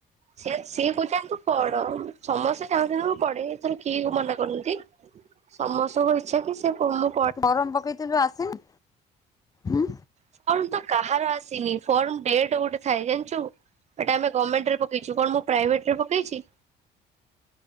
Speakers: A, on the right; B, on the left.
A: ସେ ସିଏ କହୁଛନ୍ତି ତୁ ପଢ ସମସ୍ତେ ଚାହୁଁଛନ୍ତି ମୁଁ ପଢେ ଏଥରେ କିଏ ବି ମନା କରୁନାହାନ୍ତି। ସମସ୍ତଙ୍କ ଇଚ୍ଛା କି ସେପ ମୁ
B: ଫରମ ପକେଇଥିଲୁ ଆସିନି? ଉଁ
A: ଫର୍ମ ତ କାହାର ଆସିନି ଫର୍ମ ଡେଟ ଗୋଟେ ଥାଏ ଜାଣିଛୁ ଏଟା ଆମେ ଗମେଣ୍ଟରେ ପକେଇ ଛୁ କଣ ମୁଁ ପ୍ରାଇଭେଟ ରେ ପକେଇଛି?